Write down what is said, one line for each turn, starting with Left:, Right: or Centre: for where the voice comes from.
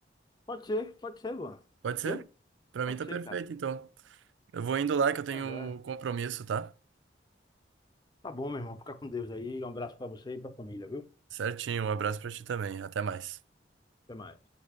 Left: Pode ser, pode ser, Luan.
Right: Pode
Left: Viu?
Right: ser? Pra
Left: Pode
Right: mim tá perfeito,
Left: ser, cara.
Right: então. Eu vou indo lá que eu tenho
Left: Tá joia.
Right: um compromisso, tá?
Left: Tá bom, meu irmão. Fica com Deus aí. Um abraço pra você e pra família, viu?
Right: Certinho. Um abraço pra ti também. Até mais.
Left: Até mais.